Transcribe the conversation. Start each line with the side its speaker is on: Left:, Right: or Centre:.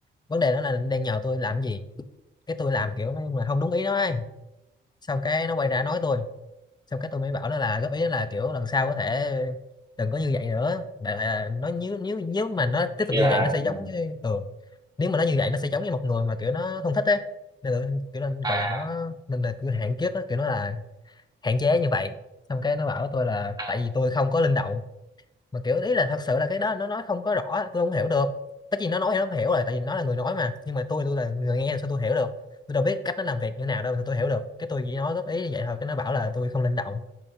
Left: vấn đề đó là đang nhờ tôi làm cái gì cái tôi làm kiểu nó là không đúng ý nó ấy xong cái nó quay ra nói tôi xong cái tôi mới bảo nó là góp ý là kiểu lần sau có thể đừng có như vậy nữa đại loại là nó nếu nếu nếu mà nó tiếp tục
Right: nghĩa
Left: như
Right: là
Left: vậy nó sẽ
Right: ừ,
Left: giống như ừ. nếu mà nó như vậy nó sẽ giống như một người mà kiểu nó không thích ấy nên là, kiểu là
Right: à
Left: gọi là nó nên là kiểu hạn kiếp đó kiểu nó là hạn chế như vậy xong cái nó bảo tôi là
Right: à,
Left: tại vì tôi không có linh động mà kiểu ý là thật sự là cái đó nó nói không có rõ tôi không hiểu được tất nhiên nó nói thì nó phải hiểu rồi tại vì nó là người nói mà nhưng mà tôi tôi là người nghe thì sao tôi hiểu được tôi đâu biết cách nó làm việc như nào đâu thì tôi hiểu được cái tôi chỉ nói góp ý như vậy thôi cái nó bảo là tôi không linh động